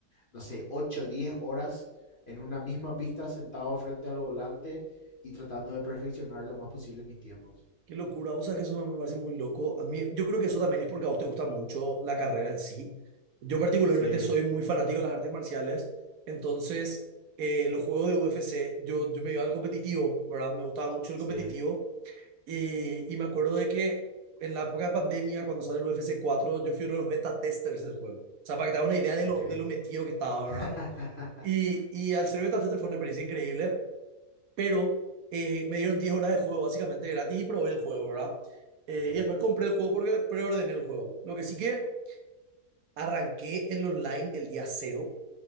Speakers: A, on the left; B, on the right.
A: no sé, 8 10 horas en una misma pista sentado frente al volante y tratando de perfeccionar lo más posible mis tiempos.
B: Qué locura, o sea que eso me parece muy loco. A mí, yo creo que eso también es porque a vos te gusta mucho la carrera en sí. Yo particularmente
A: Sí,
B: soy muy fanático de las artes marciales, entonces eh, los juegos de UFC, yo, yo me iba al competitivo, ¿verdad? Me gustaba mucho el
A: sí,
B: competitivo y, y me acuerdo de que en la época de pandemia, cuando sale el UFC 4, yo fui uno de los beta testers del juego. O sea, para que te hagas una idea de
A: Ok.
B: lo, de lo metido que estaba, ¿verdad?
A: <laughs>
B: Y, y al ser beta tester fue una experiencia increíble pero eh, me dieron 10 horas de juego básicamente gratis y probé el juego, ¿verdad? Eh,
A: Ok,
B: y después compré el juego porque preordené el juego. Lo que sí que arranqué el online el día cero